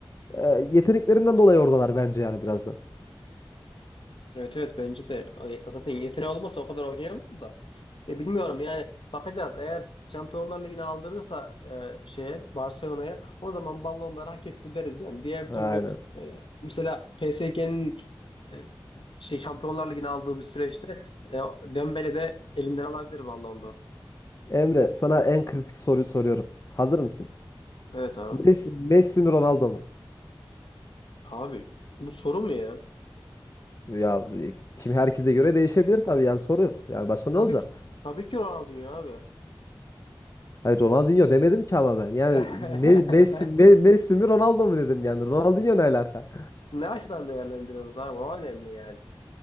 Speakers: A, on the left; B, on the left.
A: e, yeteneklerinden dolayı oradalar bence yani biraz da.
B: Evet evet bence de E, zaten yeteneği olmasa o kadar oynayamaz da. Ya bilmiyorum yani bakacağız. Eğer Şampiyonlar Ligi'ni aldırırsa e, şeye Barcelona'ya o zaman ballonları hak etti deriz yani. Diğer
A: Aynen.
B: türlü e, mesela PSG'nin e, şey Şampiyonlar Ligi'ni aldığı bir süreçte e, Dembele de elinden alabilir Ballon d'Or'u.
A: Emre, sana en kritik soruyu soruyorum. Hazır mısın?
B: Evet abi.
A: Messi, Messi mi Ronaldo mu?
B: Abi bu soru mu ya?
A: Ya kim herkese göre değişebilir tabii yani soru. Yani başka ne
B: Tabii
A: olacak?
B: ki, tabii ki Ronaldinho abi.
A: Hayır Ronaldinho demedim ki ama ben. Yani
B: <laughs>
A: Me- Messi, Me- Messi mi Ronaldo mu dedim yani. Ronaldinho ne alaka?
B: Ne açıdan değerlendiriyoruz abi? O önemli yani.